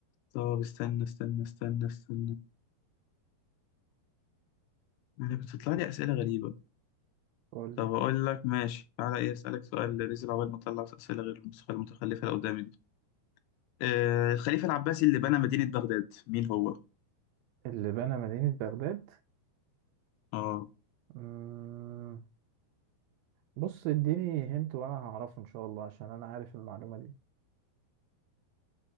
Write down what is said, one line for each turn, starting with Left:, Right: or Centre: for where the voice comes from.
Left: طب استنى استنى استنى استنى انا بتطلع لي اسئله غريبه
Right: قول
Left: طب
Right: لي
Left: اقول لك ماشي تعالى ايه اسالك سؤال نزل عقبال ما اطلع اسئله غير النسخه المتخلفه اللي قدامي دي آه الخليفه العباسي اللي بنى مدينه بغداد مين هو؟
Right: اللي بنى مدينة بغداد
Left: اه
Right: مم... بص اديني هنت وانا هعرفه ان شاء الله عشان انا عارف المعلومة دي